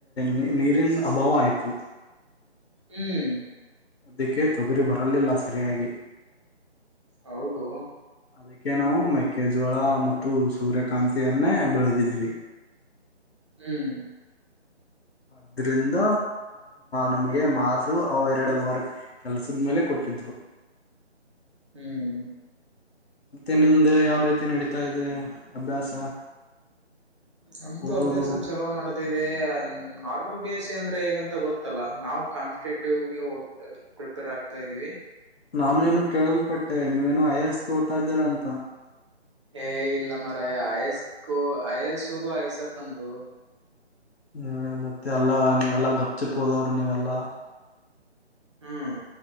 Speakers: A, on the left; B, on the right.
A: ನೀ ನಿರೀನ್ ಅಭಾವ ಆಯ್ತು
B: ಹ್ಮ್
A: ಅದಕ್ಕೆೇ ತೊಗುರಿ ಬರಲಿಲ್ಲ ಸರಿಯಾಗಿ.
B: ಹೌದು
A: ಅದಕ್ಕೆ ನಾವು ಮೆಕ್ಕೆಜೋಳ ಮತ್ತು ಸೂರ್ಯಕಾಂತಿಯನ್ನೇ ಬೆಳೆದಿದ್ವಿ.
B: ಹ್ಮ್
A: ಅದ್ರಿಂದ ನಮ್ಗೆ ಮಾರ್ಸು ಅವ ಎರಡು ವರ್ ಕೆಲ್ಸದ್ಮೇಲೆ ಕೊಟ್ಟ <unintelligible>
B: ಹ್ಮ್
A: ಮತ್ತೆ ನಿಮ್ದ ಯಾವ ರೀತಿ ನಡೀತಾ ಇದೆ ಅಭ್ಯಾಸ.
B: ನಮ್ದು
A: ಓದೋದು
B: ಅಭ್ಯಾಸ ಚಲೋ ನಡೆದಿದೆ. ನಾರ್ಮಲ್ ಬಿ ಎ ಸ್ಸಿ ಅಂದ್ರೆ ಹೇಗಂತ ಗೊತ್ತಲ್ಲ ನಾವು ಕಾಂಪಿಟೇಟಿವ್ಗೆ ಪ್ರಿಪೇರ್ ಆಗ್ತಾ ಇದೀವಿ.
A: ನಾನೇನೂ ಕೇಳಲ್ಪಟ್ಟೆ ನೀವ್ ಏನು ಐ ಎಸ್ಗೆ ಓದ್ತ ಇದ್ದೀರಾ ಅಂತ.
B: ಏ ಇಲ್ಲ ಮರಯಾ ಆಯಸ್ಕು ಆಯಸ್ ಓದೂಯಸ್ತ್ ನಮ್ದು.
A: ನೀ ಮತ್ತೆ ಎಲ್ಲಾ ನೀವೆಲ್ಲಾ ಗಪ್ ಚಿಪ್ ಹೋದವ್ರರು ನೀವೆಲ್ಲಾ.
B: ಹ್ಮ್